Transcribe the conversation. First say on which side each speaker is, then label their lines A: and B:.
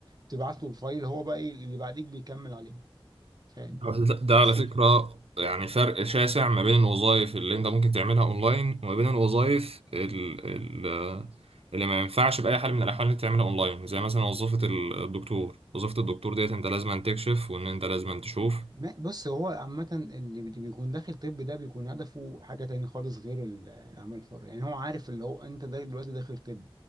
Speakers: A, on the right; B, on the right.
A: تبعت له الفايل هو بقى ايه اللي بعديك بيكمل عليه فاهم
B: ده ده
A: بس
B: على فكرة يعني فرق شاسع ما بين الوظائف اللي انت ممكن تعملها اونلاين وما بين الوظائف ال- ال- اللي ما ينفعش بأي حال من الأحوال انك تعملها اونلاين زي مثلا وظيفة الدكتور وظيفة الدكتور ديت انت لازم أن تكشف وان انت لازم أن تشوف
A: ما- بص هو عامة اللي بي- بيكون داخل طب ده بيكون هدفه حاجة تاني خالص غير ال- الأعمال الحرة يعني هو عارف اللي هو أنت دا- دلوقتي داخل طب